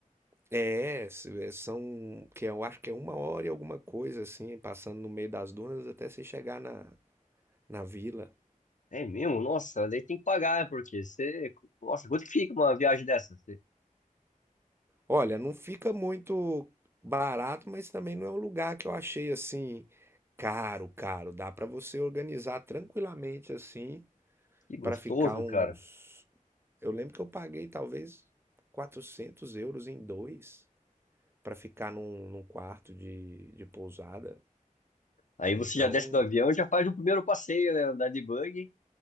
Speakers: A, on the right; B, on the left.
A: É, se- é, são, que eu acho que é uma hora e alguma coisa assim, passando no meio das dunas até você chegar na, na vila.
B: É mesmo? Nossa, daí tem que pagar, né? Porque você. Nossa, quanto que fica uma viagem dessa? Você-
A: Olha, não fica muito barato, mas também não é um lugar que eu achei assim caro, caro. Dá pra você organizar tranquilamente assim
B: Que gostoso,
A: pra ficar uns.
B: cara.
A: Eu lembro que eu paguei talvez 400 euros em dois pra ficar num, num quarto de, de pousada.
B: Aí
A: Então
B: você já desce do avião e já faz o primeiro passeio, né? Andar de buggy.